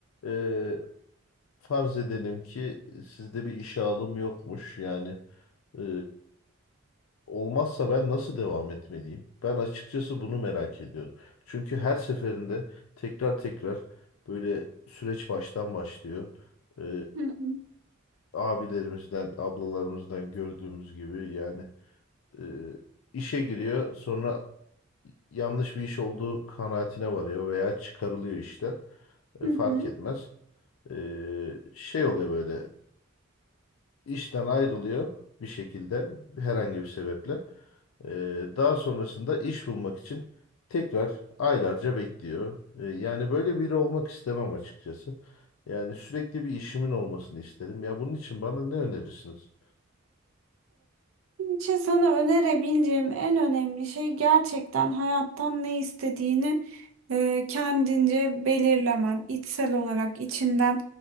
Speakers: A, on the left; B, on the right.
A: e, farz edelim ki sizde bir işe alım yokmuş. Yani e, olmazsa ben nasıl devam etmeliyim? Ben açıkçası bunu merak ediyorum. Çünkü her seferinde tekrar tekrar böyle süreç baştan başlıyor. E,
B: hı,
A: abilerimizden, ablalarımızdan gördüğümüz gibi yani e, işe giriyor sonra yanlış bir iş olduğu kanaatine varıyor veya çıkarılıyor işten. E,
B: hı
A: fark
B: hı,
A: etmez. E, şey oluyor böyle işten ayrılıyor bir şekilde herhangi bir sebeple. E, daha sonrasında iş bulmak için tekrar aylarca bekliyor. E, yani böyle biri olmak istemem açıkçası. Yani sürekli bir işimin olmasını isterim. Ya bunun için bana ne önerirsiniz?
B: Benim için sana önerebileceğim en önemli şey gerçekten hayattan ne istediğini e, kendince belirlemen, içsel olarak içinden